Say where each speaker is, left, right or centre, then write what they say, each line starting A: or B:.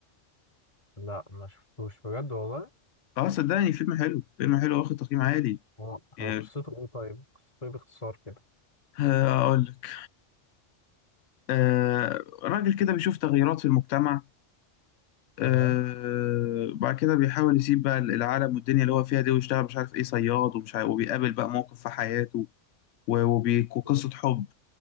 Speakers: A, on the left; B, on the left.
A: لا ما شفتوش بجد والله
B: اه صدقني فيلم حلو فيلم حلو واخد تقييم عالي
A: هو
B: يعني
A: هو قصته ايه طيب قصته ايه باختصار كده
B: آه، أقول لك آه راجل كده بيشوف تغيرات في المجتمع آه
A: تمام
B: بعد كده بيحاول يسيب بقى العالم والدنيا اللي هو فيها دي ويشتغل مش عارف إيه صياد ومش عارف وبيقابل بقى موقف في حياته و- وبي- وقصة
A: مم.
B: حب